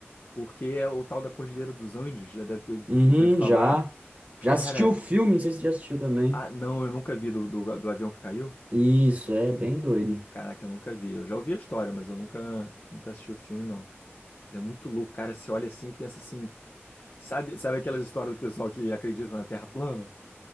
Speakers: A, on the left; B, on the right.
A: porque é o tal da Cordilheira dos Andes, já deve ter ouvido-
B: uhum,
A: ouvido falar.
B: já.
A: Cara,
B: Já assisti o filme, não sei se você já assistiu também.
A: ah, não, eu nunca vi do, do, do avião que caiu.
B: Isso, é bem doido.
A: Caraca, eu nunca vi. Eu já ouvi a história, mas eu nunca, nunca assisti o filme, não. Mas é muito louco, cara. Você olha assim e pensa assim. Sabe, sabe aquelas histórias do pessoal que acredita na Terra plana?